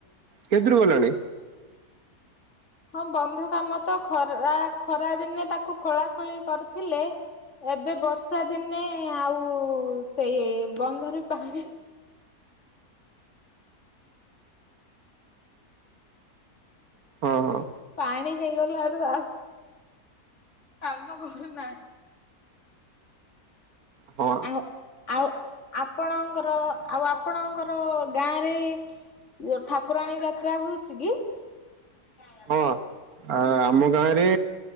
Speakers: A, on the right; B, on the left.
A: କେତେଦୁରୁ ଗଲାଣି?
B: ହଁ ବନ୍ଧ କାମ ତ ଖରା, ଖରା ଦିନେ ତାକୁ ଖୋଳା ଖୋଳି କରିଥିଲେ। ଏବେ ବର୍ଷା ଦିନେ ଆଉ ସେଇ ବନ୍ଧରେ ପାଣି
A: ହଁ ହଁ।
B: ପାଣି ହେଇଗଲାରୁ ଆଉ କାମ କରୁନାହିଁ।
A: ହଁ।
B: ଆଉ ଆଉ ଆପଣଙ୍କର, ଆଉ ଆପଣଙ୍କର ଗାଁରେ ଯୋଉ ଠାକୁରାଣୀ ଯାତ୍ରା ହଉଛି କି? ହାଲୋ।
A: ହଁ ଆ ଆମ ଗାଁରେ